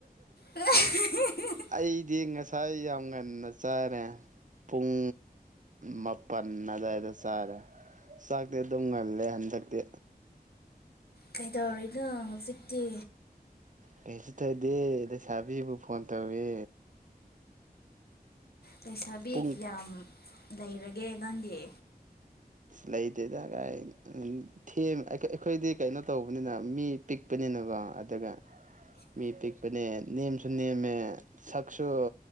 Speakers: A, on the left (about 75°); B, on the right (about 50°).
A: <unintelligible>
B: ꯑꯩꯗꯤ ꯉꯁꯥꯏ ꯌꯥꯝ ꯉꯟꯅ ꯆꯥꯔꯦ ꯄꯨꯡ ꯃꯥꯄꯟ ꯑꯗꯥꯏꯗ ꯆꯥꯔꯦ ꯆꯥꯛꯇꯤ ꯑꯗꯨꯝ ꯉꯜꯂꯦ ꯍꯟꯗꯛꯇꯤ
A: ꯀꯩꯗꯧꯔꯤꯅꯣ ꯍꯧꯖꯤꯛꯇꯤ
B: ꯀꯩꯁꯨ ꯇꯧꯗꯦ ꯂꯩꯁꯥꯕꯤꯕꯨ ꯐꯣꯟ ꯇꯧꯋꯦ
A: ꯂꯩꯩꯁꯥꯕꯤ
B: ꯄꯨꯡ
A: ꯀꯌꯥꯝ ꯂꯩꯔꯒꯦ ꯅꯪꯒꯤ
B: ꯂꯩꯇꯦꯗ ꯀꯥꯏ ꯎꯝ ꯊꯦꯝ ꯑꯩꯈꯣꯏꯗꯤ ꯀꯩꯅꯣ ꯇꯧꯕꯅꯤꯅ ꯃꯤ ꯄꯤꯛꯄꯅꯤꯅꯀꯣ ꯑꯗꯨꯒ ꯃꯤ ꯄꯤꯛꯄꯅꯦ ꯅꯦꯝꯁꯨ ꯅꯦꯝꯃꯦ ꯁꯛꯁꯨ